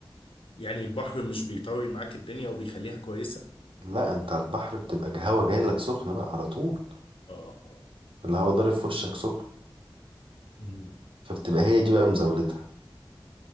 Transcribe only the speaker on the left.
يعني البحر مش بيطري معاك الدنيا وبيخليها كويسة
اه اه
مم.